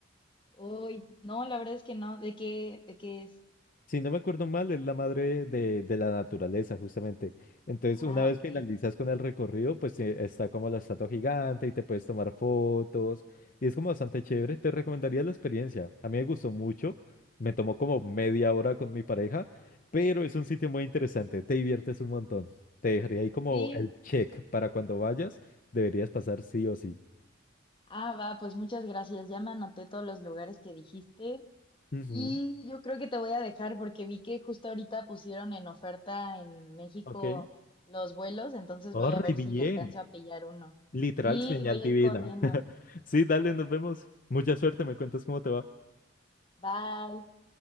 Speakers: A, on the left; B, on the left.
A: Uy, no, la verdad es que no. ¿De qué, de qué es?
B: Si no me acuerdo mal, es la madre de, de la naturaleza, justamente. Entonces,
A: Ah,
B: una vez
A: ok.
B: finalizas con el recorrido, pues eh, está como la estatua gigante y te puedes tomar fotos. Y es como bastante chévere. Te recomendaría la experiencia. A mí me gustó mucho. Me tomó como media hora con mi pareja, pero es un sitio muy interesante. Te diviertes un montón. Te dejaría ahí como
A: Sí.
B: el check para cuando vayas. Deberías pasar sí o sí.
A: Ah, va, pues muchas gracias. Ya me anoté todos los lugares que dijiste.
B: Ujú,
A: Y yo creo que te voy a dejar porque vi que justo ahorita pusieron en oferta en México
B: Ok.
A: los vuelos, entonces
B: Oh,
A: voy
B: re
A: a ver
B: bien.
A: si alcanzo a pillar uno.
B: Literal
A: Sí,
B: señal
A: voy
B: divina.
A: a ir corriendo.
B: <laughs> Sí, dale, nos vemos. Mucha suerte, me cuentas cómo te va.
A: Bye.